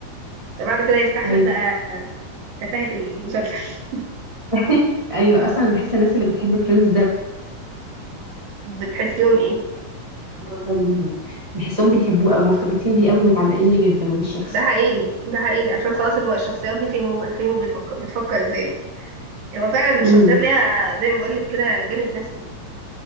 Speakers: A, on the right; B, on the right.
A: فبعد كده يستحمل
B: ايوه
A: بقى تفاهة المسلسل <laughs>
B: <laughs> ايوه اصلا انا بحس الناس اللي بتحب فريندز ده
A: بتحسيهم ايه
B: أفضل ليهم. بحسهم بيحبوه او مرتبطين بيه قوي ومتعلقين بيه جدا وبالشخص
A: ده حقيقي ده حقيقي عشان خلاص الوقت الشخصيات دي فهموها فهموا بيفكر بتفكر ازاي هو فعلا الشخصيات
B: امم
A: ليها زي ما بقولك كده جانب نفسي